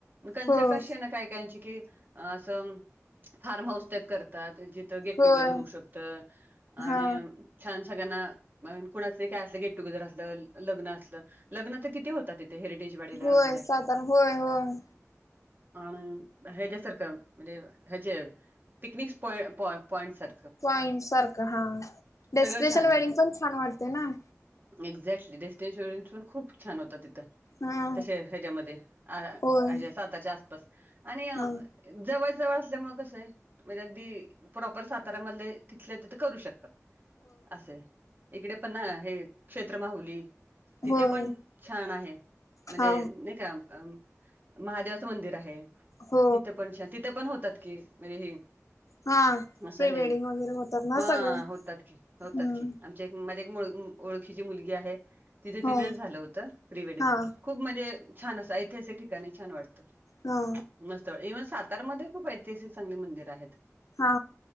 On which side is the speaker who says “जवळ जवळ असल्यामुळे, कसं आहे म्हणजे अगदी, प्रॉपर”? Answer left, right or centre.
Right